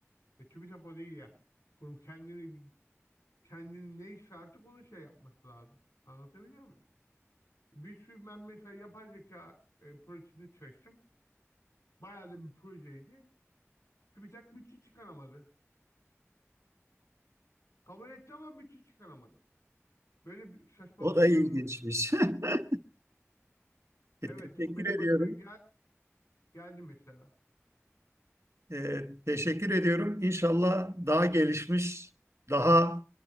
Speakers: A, on the left; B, on the right.
A: Ve TÜBİTAK o değil yani. Kurum kendini kendini neyse artık onu şey yapması lazım. Anlatabiliyor muyum? Bir sürü ben mesela yapay zeka e, projesini çalıştım. Bayağı da bir projeydi. TÜBİTAK bütçe çıkaramadı. Kabul etti ama bütçe çıkaramadı. Böyle bir saçmalık
B: O da
A: olur
B: ilginçmiş.
A: mu?
B: <laughs> teşekkür
A: Evet, o benim
B: ediyorum.
A: başıma gel geldi mesela.
B: Ee, teşekkür ediyorum. İnşallah daha gelişmiş, daha